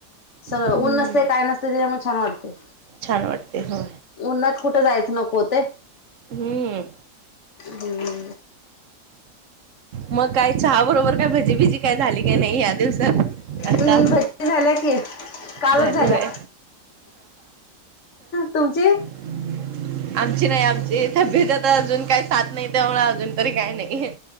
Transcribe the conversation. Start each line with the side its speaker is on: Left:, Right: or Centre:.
Left: सगळं
Right: हम्म
Left: ऊन नसते काय नसते त्याच्यामुळे छान वाटते.
Right: छान वाटते हो
Left: उन्हात कुठे जायचं नको ते.
Right: हम्म
Left: हम्म
Right: मग काय चहा बरोबर काय भजी भिजी काय झाली काय नाही या दिवसात? आता
Left: अम् भज्जी झाल्या की. कालच
Right: झाली
Left: झाल्या,
Right: वय
Left: तुमची?
Right: हम् <unintelligible> आमची नाही आमची, तब्येत आता अजून काही साथ नाही, त्यामुळे अजून तरी काही नाही.